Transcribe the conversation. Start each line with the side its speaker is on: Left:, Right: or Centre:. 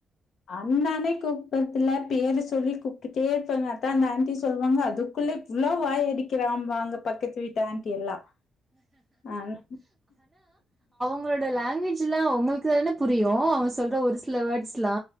Left: அண்ணானே கூப்பறதில பேரு சொல்லி கூப்டுட்டே இருப்பாங்க அதான் அந்த ஆன்ட்டி சொல்வாங்க க்ஷ அதுக்குள்ள இவ்ளோ வாய் அடிக்கிறான் ம்பாங்க பக்கத்து வீட்டு ஆனர ட்டி எல்லாம்வல்ல ஞ் அது
Centre: அவுங்களோட லாங்குவேஜ் எல்லா உங்களுக்கு தானே புரியும் அவே சொல்ற ஒரு சில வேர்ட்ஸ் எல்லா